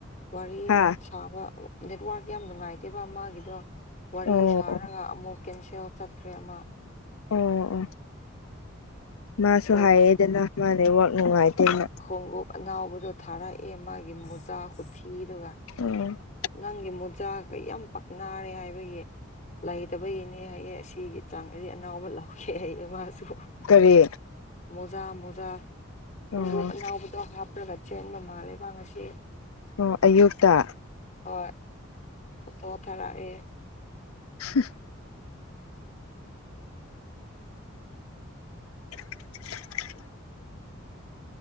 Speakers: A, on the left; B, on the left.
A: ꯋꯥꯔꯤ
B: ꯍꯥ
A: ꯁꯥꯕ ꯅꯦꯠꯋꯥꯔꯛ ꯌꯥꯝ ꯅꯨꯡꯉꯥꯏꯇꯦꯕ ꯃꯥꯒꯤꯗꯣ ꯋꯥꯔꯤ
B: ꯑꯣ
A: ꯁꯥꯔꯒ
B: ꯑꯣ
A: ꯑꯃꯨꯛ ꯀꯦꯟꯁꯦꯜ ꯆꯠꯈ꯭ꯔꯦ ꯑꯃ
B: ꯑꯣ ꯑꯣ ꯃꯥꯁꯨ
A: ꯑꯗꯣ
B: ꯍꯥꯏꯌꯦꯗꯅ ꯃꯥ ꯅꯦꯋꯥꯛ ꯅꯨꯡꯉꯥꯏꯇꯦꯅ
A: ꯈꯣꯡꯎꯣꯞ ꯑꯅꯥꯎꯕꯗꯣ ꯊꯥꯔꯛꯑꯦ ꯃꯥꯒꯤ ꯃꯨꯆꯥ ꯍꯨꯊꯤꯗꯨꯒ
B: <unintelligible>
A: ꯅꯪꯒꯤ ꯃꯨꯖꯥꯒ ꯌꯥꯝ ꯄꯛꯅꯔꯦ ꯍꯥꯏꯕꯒꯤ ꯂꯩꯇꯕꯒꯤꯅꯦ ꯍꯥꯏꯌꯦ ꯑꯁꯤꯒꯤ ꯆꯥꯡ ꯑꯁꯤꯗꯤ ꯑꯅꯎꯕ ꯂꯧꯒꯦ ꯍꯥꯏꯌꯦ ꯃꯥꯁꯨ
B: ꯀꯔꯤ
A: <unintelligible> ꯃꯣꯖꯥ ꯃꯣꯖꯥ ꯈꯣꯡꯎꯞ
B: ꯑꯣ
A: ꯑꯅꯥꯎꯕꯗꯣ ꯍꯥꯞꯄ꯭ꯔꯒ ꯆꯦꯟꯕ ꯃꯥꯜꯂꯦꯕ ꯉꯁꯤ
B: ꯑꯣ
A: <inaudible>
B: ꯑꯌꯨꯛꯇ
A: ꯍꯣꯏ ꯑꯣꯇꯣ ꯊꯥꯔꯛꯑꯦ
B: <inaudible> <inaudible>